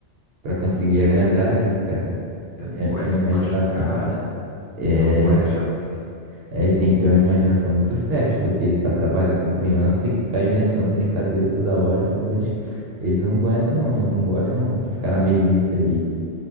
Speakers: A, on the right; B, on the left.
A: pra conseguir
B: É,
A: aguentar
B: né?
A: ali, cara.
B: Porque não pode
A: A, a imaginação.
B: se machucar, né?
A: É,
B: Senão o pai acha ruim.
A: é, e tem que ter uma imaginação muito fértil, porque para trabalhar com criança tem que ficar inventando brincadeira toda hora, senão eles, eles não aguentam não, eles não gostam não, de ficar na mesmice ali.